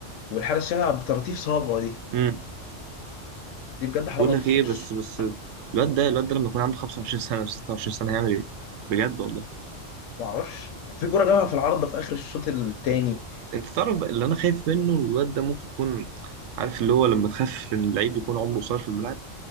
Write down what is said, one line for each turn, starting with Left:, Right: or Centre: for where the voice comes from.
Left: والحارس شالها بطراطيف صوابعه دي
Right: مم.
Left: دي بجد حرام
Right: بقول
Left: ما
Right: لك
Left: تدخلش
Right: ايه بس بس الواد ده الواد ده لما يكون عنده 25 سنة و 26 سنة هيعمل ايه؟ بجد والله
Left: ما اعرفش في كره جابها في العارضه في اخر الشوط التاني
Right: انت تعرف بقى اللي انا خايف منه الواد ده ممكن يكون عارف اللي هو لما تخاف ان اللعيب يكون عمره قصير في الملعب